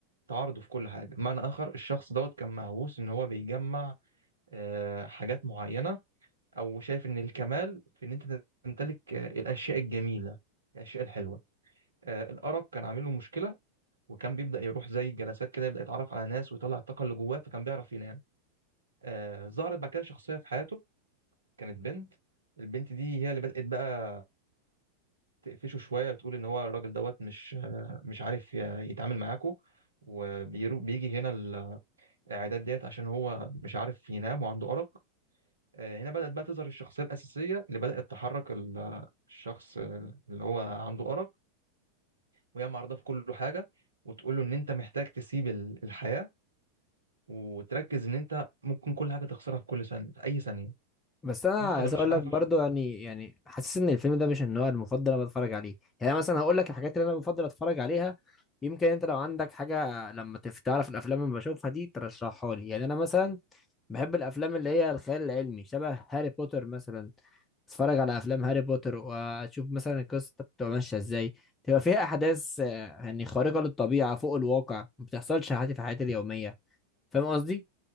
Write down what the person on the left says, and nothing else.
بس انا
عايز
اقول
لك برضو
يعني يعني حاسس ان الفيلم ده مش النوع المفضل اللي انا بتفرج عليه يعني أنا مثلا هقول لك الحاجات اللي انا بفضل اتفرج عليها يمكن انت لو عندك حاجه لما تف- تعرف الافلام اللي بشوفها دي ترشحها لي يعني انا مثلا بحب الافلام اللي هي الخيال العلمي شبه هاري بوتر مثلا اتفرج على افلام هاري بوتر واشوف مثلا القصه بتبقى ماشيه ازاي تبقى فيها احداث آه، يعني خارقه للطبيعه فوق الواقع ما بتحصلش عادي في حياتي اليوميه فاهم قصدي